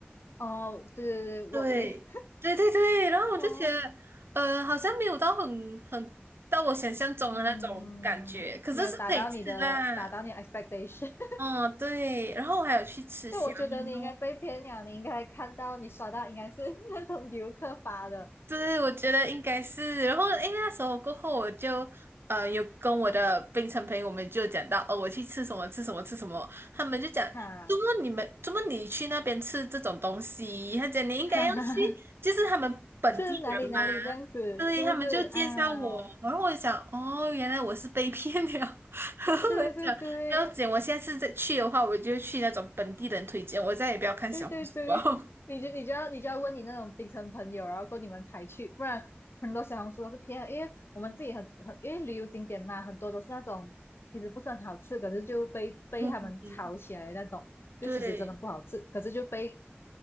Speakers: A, on the left (about 70°); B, on the right (about 65°).
A: 哦，对对对，我可以。
B: 对，对对对，然后我就觉得，
A: 哦，
B: 呃，好像没有到很很到我想象中的那种感觉，
A: <laughs> 嗯，
B: 可是是可以吃啦。
A: 没有达到你的，达到你 expectation。<laughs>
B: 哦，对，然后我还有去吃虾面哦，
A: 但我觉得你应该被骗了，你应该看到你刷到应该是 <laughs> 那种游客发的，
B: 对，我觉得应该是。然后，诶，那时候过后，我就呃有跟我的槟城朋友，我们就讲到，哦，我去吃什么吃什么吃什么，他们就讲，
A: 哈
B: 怎么你们怎么你去那边吃这种东西？他讲你应该要去，
A: 哈哈哈，
B: 就是他们本地人嘛。
A: 是哪里哪里这样子，
B: 对，
A: 是不是啊？
B: 他们就介绍我，然后我就想，哦，原来我是被骗了。<laughs> 然后我就想，
A: 对对对，
B: 不要紧，我下次再去的话，我就去那种本地人推荐，我再也不要看小红书了。
A: 对对对，你就你就要你就要问你那种槟城朋友，然后够你们才去，不然很多小红书都是骗的因为我们自己很很因为旅游景点嘛，很多都是那种其实不是很好吃，可是就被被他们炒起来的那种，
B: <laughs> 嗯嗯，
A: 就其实真的不好吃，
B: 对。
A: 可是就被